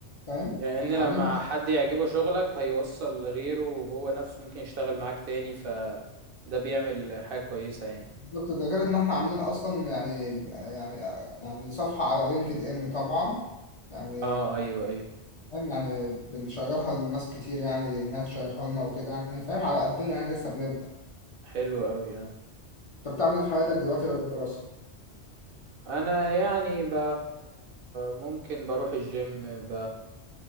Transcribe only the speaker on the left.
فاهم
عاملين
بالظبط ده غير ان احنا عاملين اصلا يعني يعني يعني صفحة على لينكد ان طبعا يعني
فاهم يعني بنشيرها لناس كتير يعني انها تشيرها لنا وكده يعني فاهم على قدنا يعني لسه بنبدأ
انت بتعمل ايه في حياتك دلوقتي غير الدراسة؟